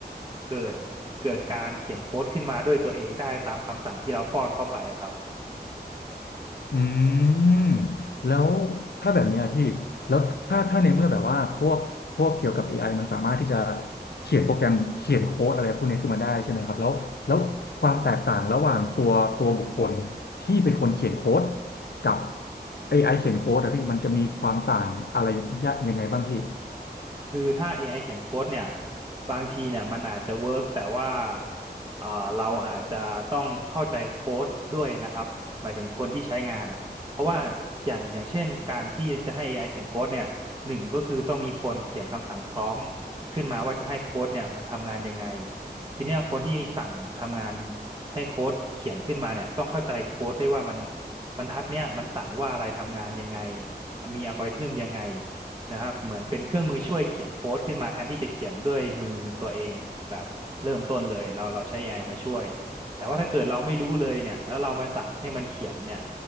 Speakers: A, on the right; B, on the left.
A: เกิดเกิดการเขียนโค้ดขึ้นมาด้วยตัวเองได้ตามคำสั่งที่เราป้อนเข้าไปอะครับ
B: อืมแล้วถ้าแบบเนี้ยพี่แล้วถ้าถ้าในเมื่อแบบว่าพวกพวกเกี่ยวกับ AI มันสามารถที่จะเขียนโปรแกรมเขียนโค้ดอะไรพวกเนี้ยขึ้นมาได้ใช่ไหมครับแล้วแล้วความแตกต่างระหว่างตัวตัวบุคคลที่เป็นคนเขียนโค้ดกับ AI เขียนโค้ดอะพี่มันจะมีความต่างอะไรยะยังไงบ้างพี่
A: คือถ้า AI เขียนโค้ดเนี่ยบางทีเนี่ยมันอาจจะเวิร์กแต่ว่าเอ่อเราอาจจะต้องเข้าใจโค้ดด้วยนะครับหมายถึงคนที่ใช้งานอ่ะเพราะว่าอย่างอย่างเช่นการที่จะให้เอไ i เขียนโค้ดเนี่ยหนึ่งก็คือต้องมีคนเขียนคำสั่งพร้อมขึ้นมาว่าจะให้โค้ดเนี่ยมันทำงานยังไงทีเนี้ยคนที่สั่งทำงานให้โค้ดเขียนขึ้นมาเนี่ยต้องเข้าใจโค้ดได้วยว่ามันบรรทัดเนี่ยมันสั่งว่าอะไรทำงานยังไงมีอัลกอริทึมยังไง นะครับเหมือนเป็นเครื่องมือช่วยเขียนโค้ดขึ้นมาแทนที่จะเขียนด้วยมือตัวเองแบบเริ่มต้นเลยเราเราใช้ AI มาช่วยแต่ว่าถ้าเกิดเราไม่รู้เลยเนี่ยแล้วเรามาสั่งให้มันเขียนเนี่ย